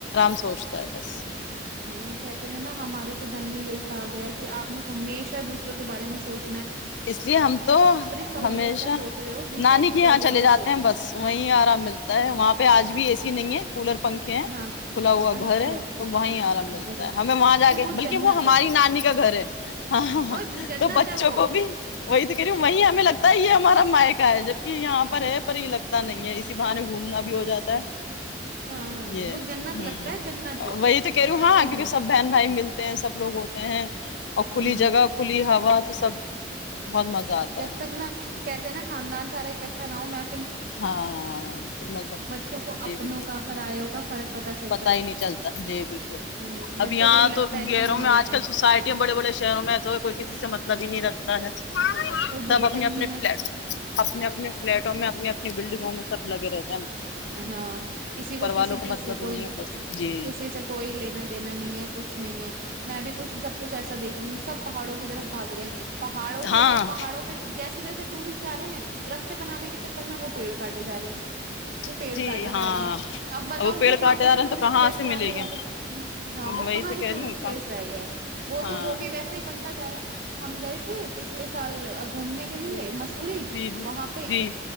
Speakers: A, on the left; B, on the right.
A: سوچتا ہے بس
B: نہیں یہ کہتے ہیں نہ ہمارے تو دھرم میں یہی کہا گیا ہے کہ۔۔ کہ آپ نے ہمیشہ دوسرے کو بارے میں سوچ
A: اس لیے ہم تو
B: سہولیت
A: ہمیشہ
B: کا سوچ رہے ہو دوسرے
A: نانی
B: کی
A: کے یہاں
B: سہولیت
A: چلے جاتے
B: بھی سوچو
A: ہیں بس وہیں آرام ملتا ہے وہاں پہ آج بھی ا نہیں ہے <unintelligible> کولر پنکھے ہیں
B: ہاں
A: کھلا ہوا
B: اچھا
A: گھر ہے تو وہیں آرام ملتا
B: بہت
A: ہے ہمیں وہاں جا
B: ارے
A: کے بلکہ
B: جنت
A: وہ ہماری
B: ہے
A: نانی کا گھر ہے۔۔ ہاہاں
B: اور جنت
A: تو بچوں
B: ہے وہ
A: کو۔۔۔ کو بھی وہی تو کہہ رہی ہوں وہ ہمیں لگتا ہی۔۔ ہمارا مائقا ہے جبک یہاں پر ہے پر یہ لگتا نہیں ہے اسی بہانے گھومنا بھی ہو جاتا ہے۔۔۔
B: ہاں
A: یہ
B: وہ جنت
A: ھمم
B: لگتا ہے جنت اس
A: وہی تو کہہ رہی ہوں۔۔
B: میں
A: ہاں
B: یہ نہیں
A: کیونکہ
B: لگ
A: سب بہن بھائی ملتے ہیں سب لوگ ہوتے ہیں اور کھلی
B: ہوں
A: جگہ کھلی ہوا۔۔ تو سب۔۔ بہت مزہ آتا
B: جب
A: ہے
B: تک نہ کہتے ہیں نہ خاندان سارا اکٹھا نہ ہوں میں۔۔
A: ہاں تو مزہ
B: بچوں کو
A: جی
B: اپنوں
A: بالکل
B: کا پرایوں کا فرق چلتا
A: پتا
B: ہے
A: ہی نہیں چلتا جی بالکل
B: ہ بچوں
A: اب یہاں
B: کو یہ لگتا
A: تو
B: ہے
A: گروں
B: کہ ہمارے
A: میں آج
B: اپنے
A: کل سوسائٹییا بڑے بڑے شہروں میں ایسے کوئی کسی سے مطلب ہی نہیں رکھتا ہے
B: کوئی بولتا
A: سب اپنے
B: ہی
A: اپنے
B: نہیں
A: فلٹ
B: ہے
A: اپنے اپنے فلیٹوں میں اپنی۔۔ نی بلڈنگوں میں سب لگ رہے۔۔
B: ہاں کسی کو کسی
A: والوں
B: چیز
A: مطلب
B: سے کوئی
A: نہیں ہے بس جی
B: کسی سے کوئی لینا دینا نہیں ہے کچھ نہیں ہے۔۔ میں بھی کچھ سب کچھ ایسا دیکھ رہی ہوں سبہاڑوں کی طرف بھاگ رہے ہیں پہاڑوں پہ
A: ہاں
B: اور پہاڑوں پہ جیسے جیسےٹورسٹ جا رہے ہیں رستے بنان کے چکر میں وہ پیڑ کاٹےجا رہے ہیں۔۔ وہ پیڑ
A: جی
B: کاٹے
A: ہاں
B: جا رہے ہیں آپ بتاؤ
A: اور پیڑ
B: وہ وہاں
A: کاٹے
B: پہ
A: جا
B: بھی
A: رہے
B: ٹورسٹ
A: ہیں تو
B: پلیس
A: ملے
B: کہاں سے رہ
A: گا
B: گئے ہاں وہ
A: وہی
B: کہاں
A: تو
B: سے
A: کہہ
B: ٹورسٹ
A: رہی ہوں کہ
B: پلیس رہ گیا وہ
A: ہاں
B: تو وہ بھی ویسا ہی بنتا جا رہا ہے۔۔ ہم گئے تھے پچھلے سال گھومنے کے لیے
A: جی
B: مسوری
A: جی
B: وہاں پہ۔۔
A: جی